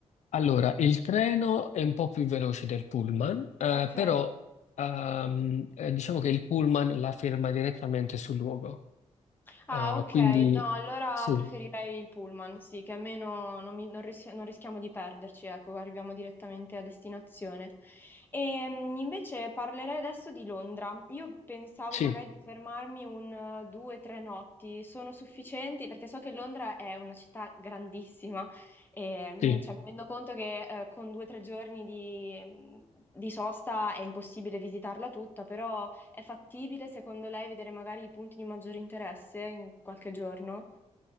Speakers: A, on the left; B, on the left.
A: Allora, il treno è un po' più veloce del pullman, eh,
B: Ok.
A: però ehm, eh, diciamo che il pullman la ferma direttamente sul luogo.
B: Ah,
A: Eh,
B: ok.
A: quindi
B: No, allora
A: sì,
B: preferirei il pullman, sì, che almeno non, mi- non rischi- non rischiamo di perderci, ecco, arriviamo direttamente a destinazione. E, invece parlerei adesso di Londra. Io pensavo
A: sì,
B: magari di fermarmi un eh, due, tre notti. Sono sufficienti? Perché so che Londra è una città grandissima e mi,
A: sì.
B: cioè, mi rendo conto che eh, con due o tre giorni di, di sosta è impossibile visitarla tutta, però... È fattibile, secondo lei, vedere magari i punti di maggiore interesse in qualche giorno?